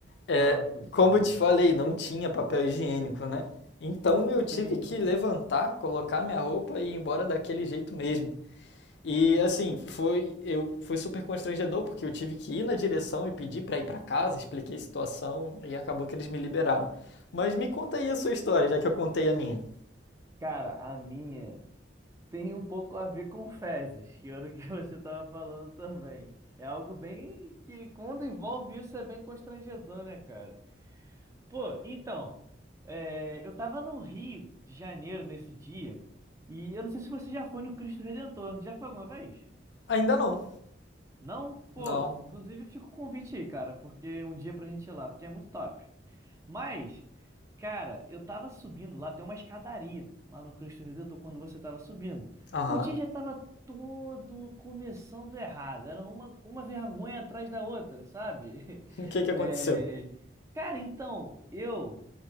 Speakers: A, on the left (about 65°); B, on the right (about 15°).
A: É,
B: Não é possível.
A: como eu te falei, não tinha papel higiênico, né? Então eu tive
B: Sim.
A: que levantar, colocar minha roupa e ir embora daquele jeito mesmo. E assim, foi eu foi super constrangedor porque eu tive que ir na direção e pedir para ir para casa, expliquei a situação e acabou que eles me liberaram. Mas me conta aí a sua história, já que eu contei a minha.
B: Cara, a minha tem um pouco a ver com fezes, que era o que <laughs> você tava falando também. É algo bem que, quando envolve isso, é bem constrangedor, né, cara? Pô, então, é, eu tava no Rio de Janeiro nesse dia, e eu não sei se você já foi no Cristo Redentor. Já foi alguma vez?
A: Ainda não.
B: Não? Pô,
A: Não.
B: inclusive fica o convite aí, cara, porque um dia pra gente ir lá, porque é muito top. Mas, cara, eu tava subindo lá, tem uma escadaria lá no Cristo Redentor quando você tava subindo.
A: Aham.
B: O dia já
A: <laughs>
B: tava todo começando errado, era uma, uma vergonha atrás da outra, sabe? <laughs>
A: O que que aconteceu?
B: É, Cara, então, eu.